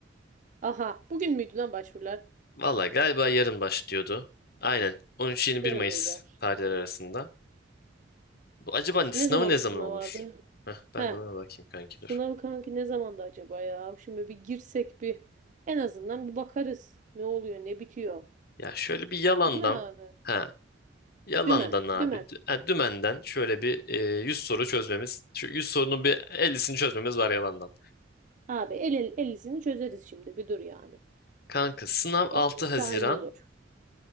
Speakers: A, on the right; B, on the left.
A: Aha bugün müydü lan başvurular?
B: Valla galiba yarın başlıyordu. Aynen. 13 bir
A: Yarın
B: Mayıs
A: mıydı?
B: tarihleri arasında. Bu acaba sınavı
A: Ne zamandı
B: ne zaman
A: sınav
B: olur?
A: abi?
B: Heh, ben
A: He
B: de ona bakayım kanki
A: sınav
B: dur.
A: kanki ne zamandı acaba ya? Şimdi bir girsek bir en azından bir bakarız. Ne oluyor ne bitiyor.
B: Ya şöyle bir yalandan
A: Değil mi abi?
B: ha yalandan
A: Dümen.
B: abi
A: Dümen.
B: dü- ha, dümenden şöyle bir e, 100 soru çözmemiz. Şu 100 sorunun bir 50'sini çözmemiz var yalandan.
A: Abi el, el, 50'sini çözeriz şimdi bir dur yani.
B: Kanka sınav altı
A: 50'si
B: Haziran
A: hallolur.